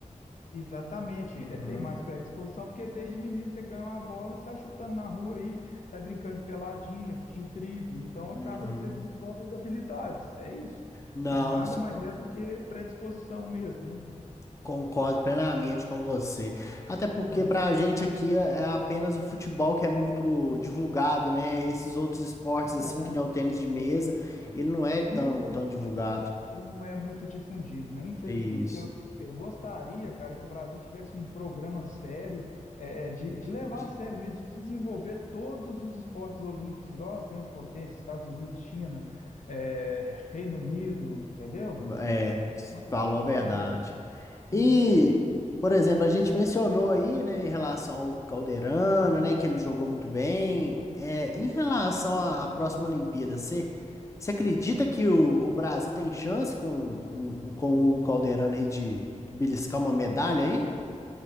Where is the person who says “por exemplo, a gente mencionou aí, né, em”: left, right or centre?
Left